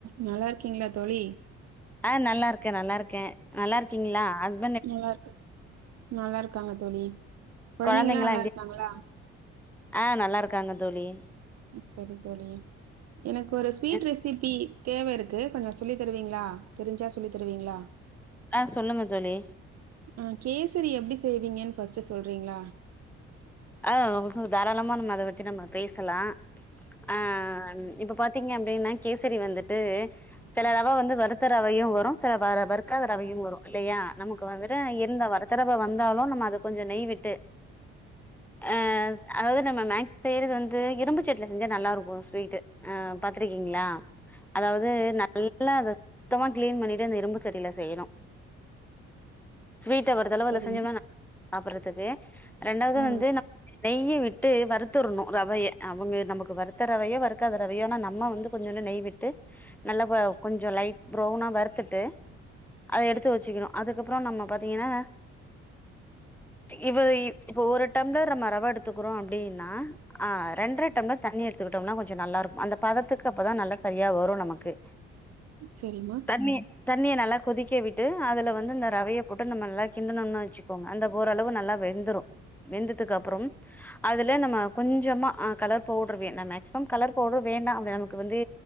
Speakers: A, on the right; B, in the centre.
A: நல்லா இருக்கீங்ளா தோழி
B: அ நல்லா இருக்கே நல்லா இருக்கே நல்லா இருக்கீங்களா ஹஸ்
A: நல்லா இருக்க நல்லா இருக்காங்க தோழி கெழந்தைங்கள்ளா
B: கொழந்தைங்கல்லா
A: நல்லா
B: எப்டி
A: இருக்காங்களா
B: ஆ நல்லா இருக்காங்க தோழி
A: சரி தோழி எனக்கு ஒரு ஸ்வீட்
B: அ
A: ரெசிபி தேவ இருக்கு கொஞ்ச சொல்லி தருவீங்களா தெரிஞ்சா சொல் சொல்லி தருவீங்களா
B: ஆ சொல்லுங்க தோழி
A: ஆ கேசரி எப்டி செய்வீங்கன்னு ஃபஸ்ட் சொல்றீங்களா
B: ஆ அவளுக்கு தாராளமா நம்ம அத பத்தி நம்ம பேசலா ஆ இப்ப பாத்தீங்க அப்டின்னா கேசரி வந்துட்டு செல ரவ வந்து வருத்த ரவையு வரு செல வ வருக்காத ரவையு வரு இல்லையா நமக்கு வந்துட்டு இந்த வரு த்த ரவ வந்தாலு நம்ம அத கொஞ்ச நெய்விட்டு அ அதாவது நம்ம மேக்ஸ் செய்யிறது வந்து இரும்பு சட்டில செஞ்சா நல்லா இருக்கு ஸ்வீட்டு ஆ பாத்திருக்கீங்களா அதாவது நல்லா அத சுத்தமா கிளீன் பண்ணிட்டு அந்த இரும்பு சட்டில செய்யணு ஸ்வீட்ட ஒரு தடவ
A: சரிம்மா
B: அதுல செஞ்சோம்னா <inaudible> சாப்புறதுக்கு ரெண்டாவது
A: ஆ
B: வந்து ந நெய்ய விட்டு வருத்துறனு ரவையை அவுங்க நமக்கு வருத்த ரவையோ வறுக்காத ரவையோ ஆனா நம்ம வந்து கொஞ்சோன்னு நெய்விட்டு நல்லா கொஞ்ச லைட் ப்ரவுனா வறுத்துட்டு அத எடுத்து வச்சுக்கினு அதுக்கப்புற நம்ம பாத்தீங்கன்னா இவ இப்ப ஒரு டைம்லர் நம்ம ரவ எடுத்துக்குறோ அப்டின்னா ஆ ரெண்ட்ர டம்ளர் தண்ணி எடுத்துக்கிட்டோம்னா கொஞ்ச நல்லாயிருக்கு அந்த பதத்துக்கு அப்போ தா நல்ல கழியா வரு நமக்கு
A: செரிம்மா
B: தண்ணிய தண்ணிய நல்லா கொதிக்க விட்டு அதில வந்து இந்த ரவைய போட்டு நம்ம நல்லா கிண்டுணம்னு வச்சு ங்க அந்த ஓரளவு நல்லா வெந்துரும் வெந்ததுக்கு அப்புறம் அதுல நம்ம கொஞ்சமா ஆ கலர் பவுடர் வேணு மேக்ஸிமம் கலர் பவுடர் வேண்டாம் அப்ப நமக்கு வந்து